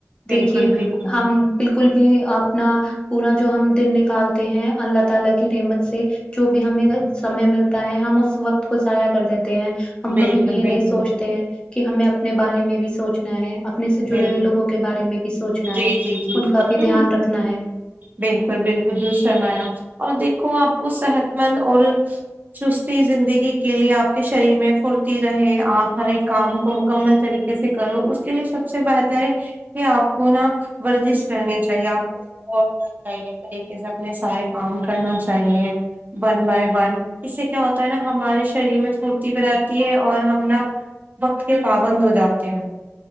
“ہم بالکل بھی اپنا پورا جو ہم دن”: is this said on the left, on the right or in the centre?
Left